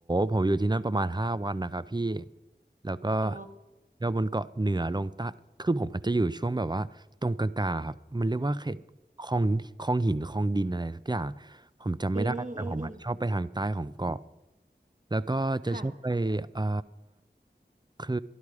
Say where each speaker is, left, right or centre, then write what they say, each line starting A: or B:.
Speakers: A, on the right (about 25°); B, on the right (about 45°).
A: ผมอยู่ที่นั่นประมาณห้าวันนะครับพี่แล้วก็
B: อ๋อ
A: เที่ยวบนเกาะเหนือลงใต้คือผมอาจจะอยู่ช่วงแบบว่าตรงกลางๆครับมันเรียกว่าเขตคลองคลองหินคลองดินอะไรสักอย่างผมจำไม่ได้แต่ผมอะชอบไปทางใต้ของเกาะ
B: อืมอืมอืม
A: แล้วก็จะชอบไปเอ่อ
B: ค่ะ
A: คือ